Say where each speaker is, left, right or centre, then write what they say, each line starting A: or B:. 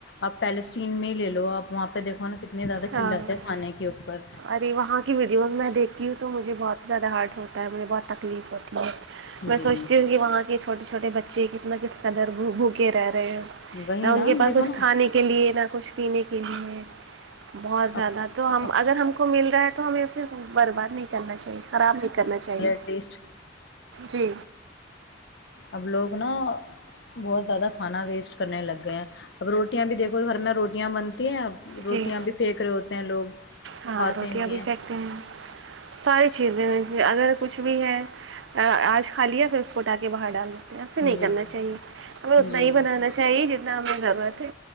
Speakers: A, on the left; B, on the right.
A: آپ پیلسٹین میں ہی لے لو آپ وہاں پہ دیکھو نا اتنے زیادہ
B: ہاں
A: کلات ہے کھانے کے اوپر
B: ارے وہاں کی ویڈیوز میں دیکھتی ہوں تو مجھے بہت زیادہ ہارڈ ہوتے مجھے بہت تکلیف ہوتی ہے میں
A: جی
B: سوچتی ہوں کہ وہاں کی چوٹی چھوٹی چھوٹے بچے کتنا کس کدر بھوکے رہے ہیں
A: وہی
B: نہ
A: نا
B: ان کے پاس
A: دیکھو
B: کچھ
A: نا
B: کھانے کے لیے نہ کچھ پینے کے لیے بہت زیادہ
A: اب
B: تو ہم
A: اب
B: اگر ہم کو مل رہا ہے تو ہمیں اسے برباد نہیں کرنا چاہیے خراب نہیں کرنا چاہیے
A: ایٹ لیسٹ
B: جی
A: اب لوگ نا بہت زیادہ کھانا ویسٹ کرنے لگ گئے ہیں اب روٹیاں بھی دیکھو گھر میں روٹیاں بن ہیں اب روٹیاں
B: جی
A: بھی پھینک رہے ہوتے ہیں لوگ
B: ہاں
A: کھاتے
B: روٹیاں
A: نہیں
B: بھی پھینکتے ہیں ساری چیز ج اگر کچھ بھی ہے آج کل <unintelligible> کھ لیا پھر اس کو اٹا کے باہر ڈال دیتے ہیں ایسے نہیں
A: جی
B: کرنا چاہیے ہمیں
A: جی
B: اتنا ہی بنانا
A: ہوں،
B: چاہیے جتنا ہم گھر ت ہی